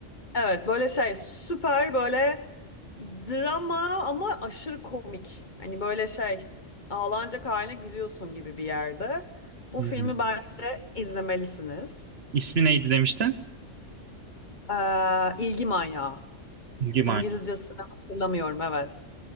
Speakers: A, on the left (about 40°); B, on the right (about 55°).
A: Evet, böyle şey süper böyle drama ama aşırı komik. Hani böyle şey ağlanacak haline gülüyorsun gibi bir yerde. Bu
B: Hı
A: filmi
B: hı.
A: bence izlemelisiniz.
B: İsmi neydi demiştin?
A: Ee, ilgi manyağı.
B: İlgi
A: İngilizcesini hatırlamıyorum, evet.